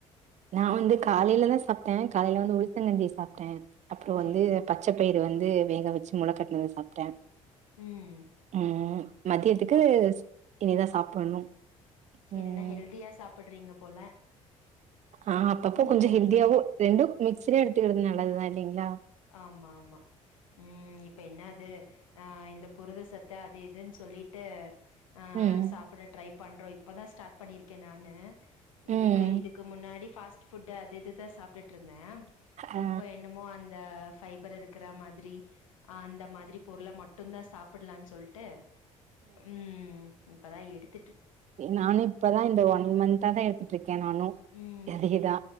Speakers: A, on the right; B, on the left.
A: நா வந்து காலைல தா சாப்ட்டே காலைல வந்து உளுத்தங்கஞ்சி சாப்ட்டே அப்பறம் வந்து
B: சேரி
A: பச்ச பயிறு வந்து வேக வச்சு மொள கட்னத சாப்ட்டே
B: ம்
A: ம் மதியத்துக்கு
B: பர
A: இனிதா சாப்பிடணும்
B: சரி
A: ம்
B: என்ன ஹெல்தியா சாப்புட்றீங்க போல
A: ஆ அப்பப்போ
B: ம்
A: கொஞ்ச ஹெல்தியாவு ரெண்டும் மிக்சில எடுத்துக்கிடது நல்லது தா இல்லிங்களா
B: ஆமா ஆமா ம் இப்ப என்ன அது ஆ இந்த புரதசத்து அது இதுன் சொல்லிட்டு ஆ
A: ம்
B: சாப்புட ட்ரை பண்றோம் இப் இப்ப தா ஸ்டார்ட் பண்ணிர்க்கே நானு இதுக்கு
A: ம்
B: இதுக்கு முன்னாடி ஃபாஸ் ஃபுட்டு அது இது தா சாப்டுட்டு இருந்தே
A: ஆ
B: இப்ப என்னமோ அந் த ஃபைபர் இருக்கற மாதிரி அந்த மாதிரி பொருள மட்டும் தா சாப்லான்னு சொல்ட்டு ம் ப்பதா எடுத்
A: நானு இப்பதா இந்த ஒன் மந்தா தா எடுத்துட்டு இருக்கே நானு
B: ம்.
A: எதுக்கு தா